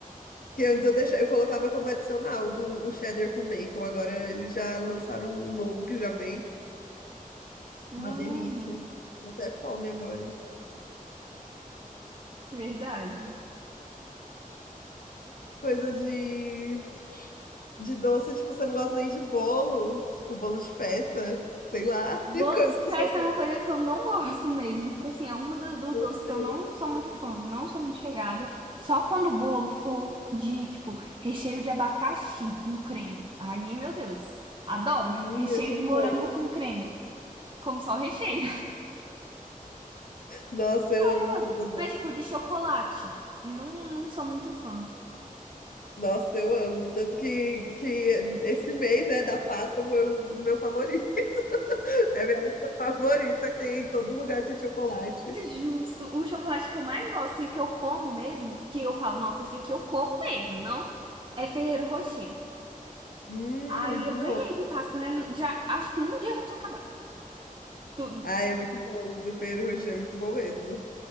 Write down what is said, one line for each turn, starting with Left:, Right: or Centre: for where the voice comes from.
Left: Que antes eu, deixava, eu colocava como adicional do, o cheddar com bacon. Agora eles já lançaram o novo que já vem.
Right: Hum.
Left: Uma delícia. Deu até fome agora.
Right: Verdade.
Left: Coisa de de doce, tipo, você não gosta nem de bolo, tipo, bolo de festa, sei lá,
Right: Bolo
Left: <laughs> coisa
Right: de
Left: com
Right: festa
Left: chocolate.
Right: é uma coisa que eu não gosto mesmo. Tipo assim, é uma da- dos
Left: Meu
Right: doces
Left: Deus,
Right: que eu não sou
Left: amo.
Right: muito fã, não sou muito chegada. Só quando o bolo for de, tipo, recheio de abacaxi com creme. Aí, meu Deus. Adoro.
Left: hum,
Right: Recheio
Left: esse
Right: de
Left: é
Right: morango
Left: bom.
Right: com creme. Como só o recheio.
Left: Nossa, eu
Right: <laughs>
Left: amo coisa doce.
Right: Mas, tipo, de chocolate. Não, não sou muito fã.
Left: Nossa, eu amo. Tanto que, que esse mês, né, da Páscoa foi o o meu favorito. <laughs> É a minha época favorita, que em todo lugar tem chocolate.
Right: Justo. O chocolate que eu mais gosto e que eu como mesmo, que eu falo, nossa, esse aqui eu como mesmo, não é Ferrero Rocher.
Left: Hum,
Right: Aí
Left: muito
Right: eu ganhei
Left: bom.
Right: de Páscoa, né? Já, acho que um dia já tinha acabado tudo.
Left: Ah, é muito bom. O do Ferrero Rocher é muito bom mesmo.